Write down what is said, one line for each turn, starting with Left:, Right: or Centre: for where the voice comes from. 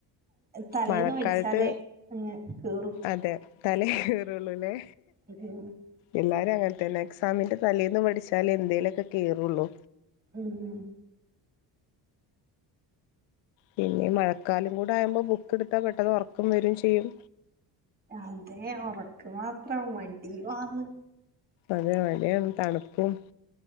Right: തലേന്ന്
Left: മഴക്കാലത്ത്
Right: മേടിച്ചാലേ അങ്ങ് കേറും
Left: അതെ. തല കയറുള്ളല്ലേ.
Right: <unintelligible>
Left: എല്ലാരും അങ്ങനെത്തന്നെ. എക്സാമിന്റെ തലേന്ന് പഠിച്ചാലെ എന്തേലുമൊക്കെ കേയറുള്ളൂ.
Right: ഉം ഉം
Left: പിന്നെ മഴക്കാലം കൂടെ ആകുമ്പോൾ ബുക്ക് എടുത്താൽ പെട്ടെന്ന് ഉറക്കം വരും ചെയ്യും.
Right: അതെ ഉറക്ക് മാത്രം മണ്ടിമാന്ന്.
Left: അതെ മഴയാണ് തണുപ്പും.